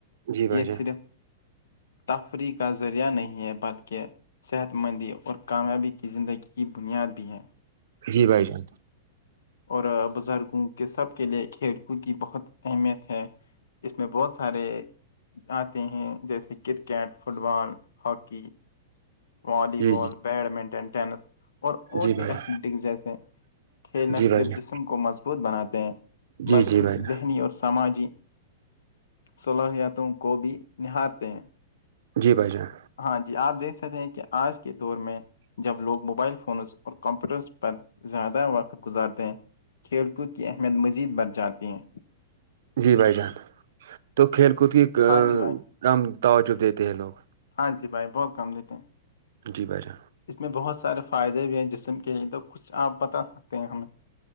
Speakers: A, on the right; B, on the left.
A: جی بھائی
B: یہ
A: جان
B: صرف تفریح کا ذریعہ نہیں ہے بلکہ صحت مندی اور کامیابی کی زندگی کی بنیاد بھی ہیں
A: جی بھائی جان
B: اور بزرگوں کے سب کے لیے کھیل کود کی بہت اہمیت ہے اس میں بہت سارے آتے ہیں جیسے کرکٹ فٹ بال ہاکی والالی
A: جی
B: بال
A: جی
B: بیڈ منٹن ٹینس اور اور
A: جی
B: بھی
A: بھائی
B: ایتھلیٹکس
A: جان۔
B: جیسے کھیلنا
A: جی بھائی
B: صرف
A: جان
B: جسم کو مضبوط بناتے ہیں
A: جی
B: بلکہ
A: جی بھائی جان
B: ذہنی اور سماجی صلاحیاتوں کو بھی نہارتے ہیں
A: جی بھائی جان
B: ہاں جی آپ دیکھ سکتے ہیں کہ آج کے دور میں جب لوگ موبائل فونز اور کمپیوٹرز پر زیادہ وقت گزارتے ہیں کھیل کود کی اہمیت مزید بڑھ جاتی ہیں
A: جی بھائی جان تو کھیل کود کی
B: ہاں جی بھائی
A: کم توجب دیتے ہیں لوگ
B: ہاں جی بھائی بہت کام لیتے ہیں
A: جی بھائی ج
B: اس میں بہت سارے فائدے بھی ہیں جسم کے لیے تو کچھ آپ بتا سکتے ہیں ہمیں